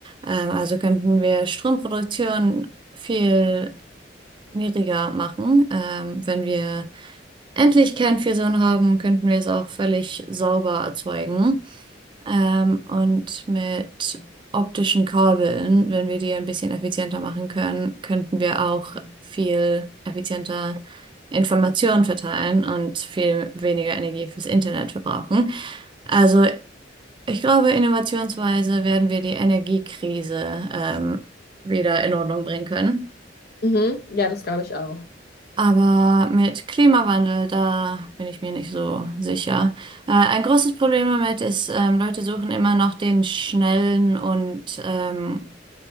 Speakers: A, on the right (about 25°); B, on the left (about 55°).
A: Ähm, also könnten wir Stromproduktion viel schwieriger machen. Ähm, wenn wir endlich Kernfusion haben, könnten wir es auch völlig sauber erzeugen. Ähm, und mit optischen Kabeln, wenn wir die ein bisschen effizienter machen können, könnten wir auch viel effizienter Informationen verteilen und viel weniger Energie fürs Internet verbrauchen. Also ich glaube, innovationsweise werden wir die Energiekrise ähm, wieder in Ordnung bringen können.
B: Mhm. Ja, das glaube ich auch.
A: Aber mit Klimawandel, da bin ich mir nicht so sicher. Äh, ein großes Problem damit ist, ähm, Leute suchen immer noch den schnellen und ähm,